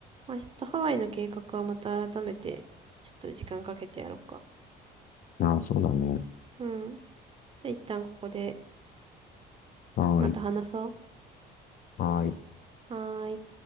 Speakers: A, on the right; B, on the left.
A: まあちょっとハワイの計画はまた改めて、ちょっと時間かけてやろうか。
B: ああ、そうだね。
A: うん。じゃあ一旦ここで
B: はーい。
A: また話そ
B: はーい。
A: う。はーい。